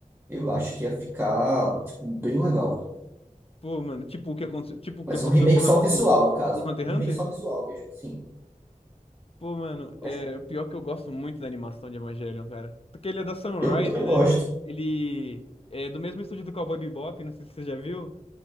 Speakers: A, on the right (about 15°); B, on the left (about 40°).
A: Eu acho que ia ficar, tipo, bem legal.
B: Pô, mano, tipo o que aconteceu, tipo o que
A: Mas
B: aconteceu
A: um remake
B: com o
A: só
B: Hun-
A: visual,
B: com,
A: no caso.
B: com Hunter
A: Remake
B: x Hunter.
A: só visual mesmo, sim.
B: Pô, mano, é
A: Mas
B: pior que eu gosto muito da animação de Evangelion, cara. Porque ele é da Sunrise,
A: eu também
B: né?
A: gosto.
B: Ele é do mesmo estúdio do Cowboy Bebop, não sei se você já viu.